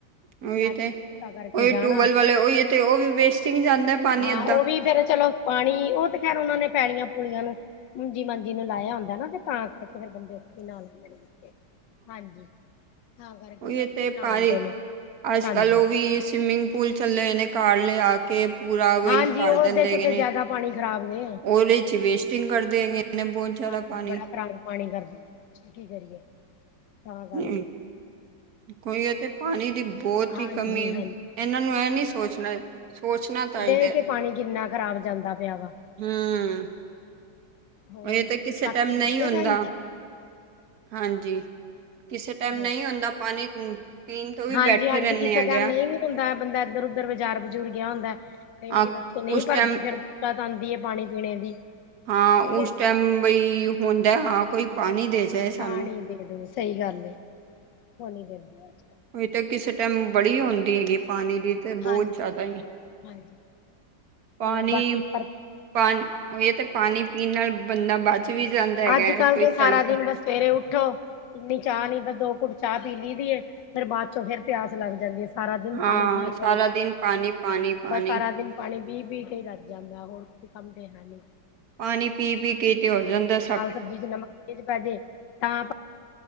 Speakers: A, on the right; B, on the left.
A: ਹ <inaudible> ਉਹੀ
B: ਨਾਸ਼ਤਾ
A: ਤੇ
B: ਨੁਸ਼ਤਾ ਕਰਕੇ
A: ਉਹੀ
B: ਜਾਣਾ
A: ਟਿਊਬਵੈਲ ਵਾਲੇ ਉਹੀ ਤੇ ਉਹ ਵੀ ਵੇਸਟਿੰਗ ਜਾਂਦਾ ਐ ਪਾਣੀ
B: ਹਾਂ
A: ਅੱਧਾ।
B: ਉਹ ਵੀ ਫੇਰ ਚਲੋ ਪਾਣੀ ਉਹ ਤੇ ਖੈਰ ਉਹਨਾ ਨੇ ਪੈਲੀਆਂ ਪੂਲੀਆਂ ਨੂੰ ਮੁੂੰਜੀ ਮੰਜੀ ਜਿਹਨੂੰ ਲਾਇਆ ਹੁੰਦਾ ਨਾ ਤੇ ਤਾਂ ਕਰਕੇ ਫਿਰ ਬੰਦੇ ਉੱਥੇ ਹੀ ਨਾ ਲੈਂਦੇ ਨੇ ਬੱਚੇ ਹਾਂਜੀ। ਤਾਂ ਕਰਕੇ
A: ਉਹ ਇਹ
B: ਫਿਰ ਉੱਥੇ
A: ਤੇ
B: ਹੀ ਨਹਾਂਦੇ
A: ਭਾਈ
B: ਨੇ
A: ਅੱਜ
B: ਹਾਂਜੀ
A: ਕੱਲ੍ਹ ਉਹ ਵੀ ਸਵਿਮਿੰਗ ਪੂਲ ਚੱਲੇ ਹੋਏ ਨੇ ਘਰ ਲਿਆ ਕੇ ਪੂਰਾ ਵਹੀ
B: ਹਾਂਜੀ
A: ਭਰ
B: ਉਹਦੇ
A: ਦਿੰਦੇ
B: ਚ
A: ਹੈਗੇ
B: ਤੇ
A: ਨੇ
B: ਜ਼ਿਆਦਾ ਪਾਣੀ ਖ਼ਰਾਬ ਨੇ
A: ਉਹਦੇ ਚ ਵੇਸਟਿੰਗ ਕਰਦੇ ਹੈਗੇ। ਮੈਂ ਬਹੁਤ ਜਿਆਦਾ
B: ਹਾਂਜੀ
A: ਪਾਣੀ
B: ਬੜਾ ਖ਼ਰਾਬ ਪਾਣੀ ਘਰ ਕੀ ਕਰੀਏ। ਘਰ
A: ਹਮ,
B: ਗਏ।
A: ਕੋਈ ਇਥੇ ਪਾਣੀ ਦੀ ਬਹੁਤ
B: ਹਾਂਜੀ
A: ਹੀ ਕਮੀ ਇਹਨਾਂ
B: ਹਾਂਜੀ
A: ਨੂੰ ਇਹ ਨਹੀਂ ਸੋਚਣਾ ਸੋਚਣਾ ਚਾਹੀਦਾ
B: ਦੇਖ
A: ਹੈ।
B: ਕੇ ਪਾਣੀ ਕਿੰਨਾ ਖ਼ਰਾਬ ਜਾਂਦਾ ਪਿਆ ਵਾ।
A: ਹੂੰ
B: ਹੋਰ
A: ਇਹ ਤਾਂ ਕਿਸੇ
B: ਬਾਕੀ
A: ਟਾਈਮ ਨਹੀਂ
B: ਵਧੀਆ
A: ਹੁੰਦਾ।
B: ਭੈਣ ਜੀ
A: ਹਾਂਜੀ ਕਿਸੇ ਟਾਈਮ
B: ਹੋ
A: ਨਹੀਂ ਹੁੰਦਾ ਪਾਣੀ ਪੀਣ ਤੋਂ ਵੀ
B: ਹਾਂਜੀ
A: ਬੈਠੇ
B: ਹਾਂਜੀ
A: ਰਹਿੰਦੇ
B: ਕਿਸੇ
A: ਹੈਗੇ
B: ਟਾਈਮ
A: ਆ
B: ਨਹੀਂ
A: ਗਿਆ
B: ਵੀ ਹੁੰਦਾ ਬੰਦਾ ਇੱਧਰ ਉੱਧਰ ਬਾਜ਼ਾਰ ਬਜੂਰ ਗਿਆ ਹੁੰਦਾ। ਕਈ
A: ਆ,
B: ਵਾਰੀ ਬੱਚੇ ਨਹੀਂ
A: ਉਸ
B: ਭਰਦੇ
A: ਟਾਈਮ
B: ਫਿਰ ਦਿੱਕਤ ਆਉਂਦੀ ਹੈ ਪਾਣੀ ਪੀਣੇ ਦੀ।
A: ਹਾਂ
B: ਠੀਕ
A: ਉਸ
B: ਹੈ
A: ਟਾਈਮ ਬਈ ਹੁੰਦਾ ਹਾਂ ਕੋਈ ਪਾਣੀ ਦੇ ਜਾਏ
B: ਪਾਣੀ
A: ਸਾਨੂੰ
B: ਦੇ ਦੋ ਸਹੀ ਗੱਲ ਐ। ਉਹ ਨਹੀਂ ਦਿੰਦਾ।
A: ਇਹ ਤਾਂ ਕਿਸੇ ਟਾਈਮ ਬੜੀ ਹੁੰਦੀ ਹੈਗੀ ਪਾਣੀ ਦੀ। ਤੇ ਬਹੁਤ
B: ਹਾਂਜੀ
A: ਜ਼ਿਆਦਾ ਹੀ
B: ਹਾਂਜੀ
A: ਪਾਣੀ
B: ਹੋਰ ਬਾਕੀ ਘਰ
A: ਪਾਣੀ ਇਹ ਤੇ ਪਾਣੀ ਪੀਣ ਨਾਲ ਬੰਦਾ ਬਚ ਵੀ ਜਾਂਦਾ ਹੈਗਾ
B: ਅੱਜ
A: ਹੈ,
B: ਕੱਲ੍ਹ
A: ਕੋਈ
B: ਤੇ ਸਾਰਾ
A: ਤੜਫਦਾ
B: ਦਿਨ ਬਸ ਸਵੇਰੇ ਉੱਠੋ। ਇੰਨੀ ਚਾਹ ਨਹੀਂ ਤਾਂ ਦੋ ਘੁੱਟ ਚਾਹ ਪੀ ਲਈ ਦੀ ਏ ਫੇਰ ਬਾਅਦ ਚੋਂ ਫੇਰ ਪਿਆਸ ਲੱਗ ਜਾਂਦੀ ਹੈ। ਸਾਰਾ ਦਿਨ
A: ਹਾਂ
B: ਪਾਣੀ ਪੀ
A: ਸਾਰਾ
B: ਕੇਏ
A: ਦਿਨ ਪਾਣੀ ਪਾਣੀ ਪਾਣੀ
B: ਸਾਰਾ ਦਿਨ ਪਾਣੀ ਪੀ ਪੀ ਕੇ ਹੀ ਰਜ ਜਾਂਦਾ ਹੋਰ ਕੋਈ ਕੰਮ ਤੇ ਹੈ ਨਹੀਂ।
A: ਪਾਣੀ ਪੀ ਪੀ ਕੇ ਤੇ ਹੋ ਜਾਂਦਾ ਐ।
B: ਦਾਲ ਸਬਜ਼ੀ ਚ ਨਮਕ ਤੇਜ਼ ਪੈਜੇ ਤਾਂ